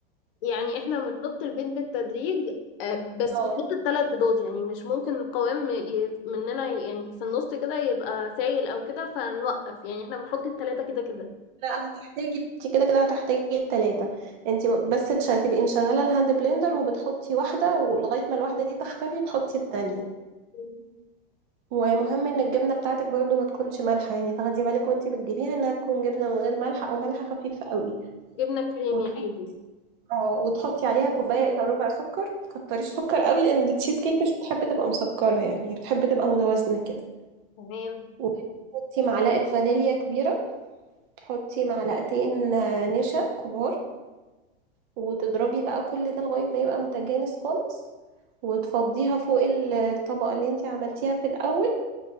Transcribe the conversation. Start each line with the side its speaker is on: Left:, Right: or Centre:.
Left: يعني احنا بنحط البيض بالتدريج آه، بس
Right: اه
Left: بنحط الثلاث بيضات يعني مش ممكن القوام ي- مننا يعني في النص كده يبقى سايل او كده فنوقف يعني احنا بنحط الثلاثة كده كده
Right: لا هتحتاجي انت كده كده هتحتاجي التلاتة انت بس تش- تبقي مشغلة الهاند بلندر وبتحطي واحدة ولغاية ما الواحدة دي تختفي تحطي التانية
Left: مم.
Right: ومهم ان الجبنة بتاعتك برضو ما تكونش مالحة يعني تاخدي بالك وانت بتجيبيها انها تكون جبنة من غير ملح او ملح خفيف قوي
Left: جبنة كريمي
Right: وتحطي
Left: عادي
Right: اه وتحطي عليها كوباية الا ربع سكر متكتريش سكر قوي لان التشيز كيك مش بتحب تبقى مسكرة يعني هي بتحب تبقى متوازنة كده
Left: تمام
Right: وتحطي معلقة فانيليا كبيرة تحطي معلقتين آه، نشا كبار وتضربي بقى كل ده لغاية ما يبقى متجانس خالص وتفضيها فوق ال- الطبقة اللي انتي عملتيها في الأول